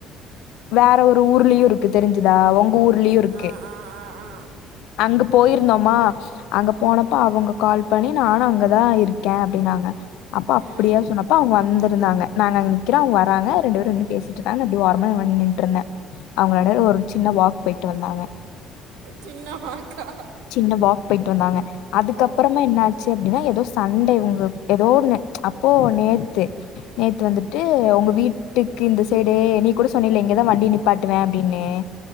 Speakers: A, on the left; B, on the right.
A: வேற ஒரு ஊர்லயு இருக்கு தெரிஞ்சுதா உங்க ஊர்லயு இருக்கு
B: ஆ ஆ ஆ ஆ
A: அங்க போயிருந்தோமா அங்க போனப்ப அவங்க கால் பண்ணி நானு அங்கதா இருக்க அப்படின் னாங்க அப்ப அப்டியா
B: ஆ ஆ
A: சொன்னப்ப அவங்க வந்த இருந்தாங்க நாங்க அங்க நிக்கிறோ அவங்க வராங்க ரெண்டு பேரு நின்னு பேசிட்டு இருந்தாங்க அப்படி ஒரமா நின்ட்டு இருந்த அவங்க எடைல ஒரு சின்ன வாக் போயிட்டு வந்தாங்க
B: சின்னமாக்கா
A: சின்ன வாக் போயிட்டு வந்தாங்க அதுக்கப்பறமா
B: ஓ
A: என்ன ஆச்சு அப்படின்னா எதோ சண்டே உங்க எதோன்னு அப்போ நேத்து நேத்து வந்துட்டு உங்க வீட்டு இந்த சைடு நீ கூட சொன்னயில இங்கதா வண்டி நிப்பாட்டுவே அப்டின்னு